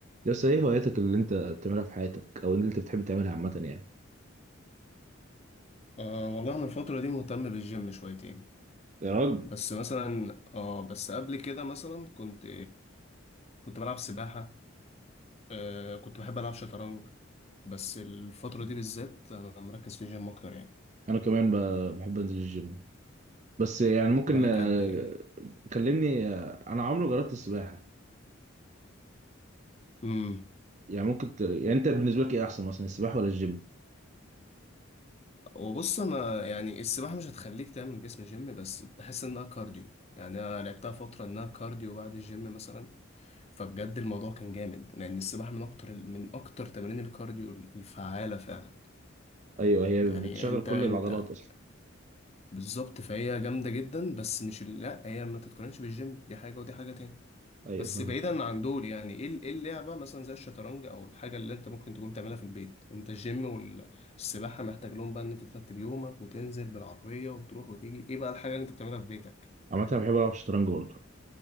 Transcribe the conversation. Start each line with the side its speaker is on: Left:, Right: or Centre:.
Right: يس ايه هواياتك اللي انت بتعملها في حياتك او اللي انت بتحب تعملها عامة يعني
Left: أه والله أنا الفترة دي مهتم بالجيم شويتين
Right: يا راجل
Left: بس مثلا اه بس قبل كده مثلا كنت كنت بلعب سباحة أه كنت بحب ألعب شطرنج بس الفترة دي بالذات أنا مركز في الجيم أكتر يعني
Right: انا كمان ب- بحب انزل الجيم بس يعني ممكن
Left: بقالك
Right: آه،
Left: قد إيه؟
Right: كلمني آه، انا عمري ما جربت السباحة
Left: أمم
Right: يعني ممكن ت... يعني انت بالنسبة لك ايه احسن مثلا السباحة ولا الجيم
Left: وبص أنا يعني السباحة مش هتخليك تعمل جسم جيم بس بحس إنها كارديو يعني أنا لعبتها فترة إنها كارديو بعد الجيم مثلا فبجد الموضوع كان جامد لأن السباحة من أكتر من أكتر تمارين الكارديو الفعالة فعلا
Right: ايوه هي
Left: يعني
Right: بتشغل
Left: انت
Right: كل
Left: انت
Right: العضلات اصلا
Left: بالظبط فهي جامدة جدا بس مش ال- لا هي ما تتقارنش بالجيم دي حاجة ودي حاجة تاني
Right: ايوه
Left: بس
Right: فاهم
Left: بعيدا عن دول يعني ايه ال- ايه اللعبة مثلا زي الشطرنج او الحاجة اللي انت ممكن تكون بتعملها في البيت انت الجيم والسباحة محتاج لهم بقى ان انت ترتب يومك وتنزل بالعربية وتروح وتيجي ايه بقى الحاجة اللي انت بتعملها في بيتك
Right: عامة انا بحب العب شطرنج برضه